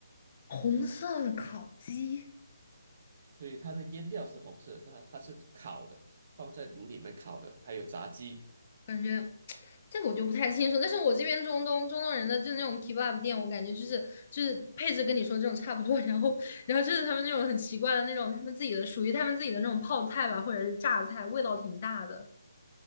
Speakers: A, on the left; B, on the right.
A: 红色的烤鸡，
B: 对，它的腌料是红色，它它是烤的，放在炉里面烤的，还有炸鸡。
A: 感觉 <tsk> 这个我就不太清楚。但是我这边中东中东人的就那种 kebab 店，我感觉就是就是配置跟你说这种差不多，<laughs> 然后然后就是他们那种很奇怪的那种他们自己的属于他们自己的那种泡菜吧，或者是榨菜，味道挺大的。